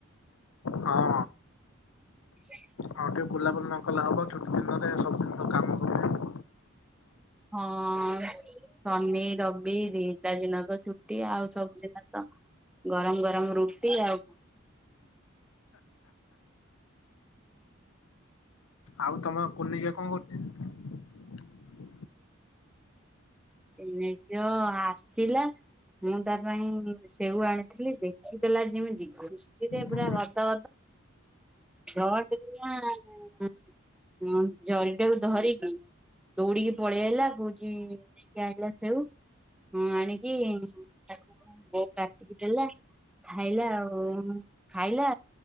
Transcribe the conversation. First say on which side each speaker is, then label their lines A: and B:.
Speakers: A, on the left; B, in the centre.
A: ହଁ
B: <inaudible>
A: ହଁ ଟିକେ ବୁଲାବୁଲି ନ କଲେ ହବ, ଛୁଟ ଦିନରେ ସବୁଦିନ
B: ହଁ <unintelligible>
A: ତ କାମ କରୁଛୁ।
B: ହଁ-ଅଁ ଶନି, ରବି ଦିଟା ଦିନ ତ ଛୁଟି। ଆଉ ସବୁଦିନ ଗରମ ଗରମ ରୁଟି ଆଉ।
A: ଆଉ ତମ କୁନି ଝିଅ କଣ କରୁଚି?
B: ଏ ଯଅ ଆସିଲା, ମୁଁ ତା ପାଇଁ ସେଉ ଆଣିଥିଲି ଦେଖିଦେଲା ଯେମିତି ଖୁସିରେ
A: ହଁ
B: ପୁରା ଗଦ। ରଟ୍ କିନାଁ -ଆଁ-ଆ ହଁ ଜରିଟାକୁୁ ଧରିକି ଦୌଡିକି ପଳେଇଆଇଲା କହୁଛି-ଇଁ-ଇ କି ଆଣିଲା ସେଉ, ଆଣିକି ତାକୁ କଣ କାଟିକି ଦେଲା। ଖାଇଲା ଆଉ ଖାଇଲା।